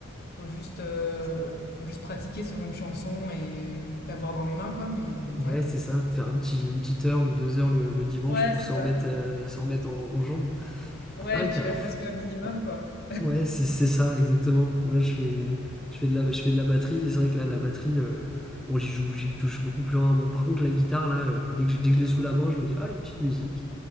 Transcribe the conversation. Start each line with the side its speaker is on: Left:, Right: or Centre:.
Left: Faut juste, heu, faut juste pratiquer sur une chanson et l'avoir dans les mains quoi, mais heu,
Centre: Ouais,
Left: ouais.
Centre: c'est ça. Faire un petit, une petite heure ou deux heures le, le dimanche
Left: Ouais,
Centre: pour
Left: c'est
Centre: s'en
Left: ça.
Centre: remettre, euh, s'en remettre en, en jambes.
Left: Ouais,
Centre: Ouais,
Left: je
Centre: carrément.
Left: dirais presque un minimum quoi.
Centre: Ouais, c'est c'est ça, exactement. Moi, je fais, je fais, de, la, je fais de la batterie, et c'est vrai que là, la batterie, euh, bon, j'y joue, j'y touche beaucoup plus rarement. Par contre, la guitare, là, euh, dès que, je- dès que je l'ai sous la main, je me dis, ah, les petites musiques.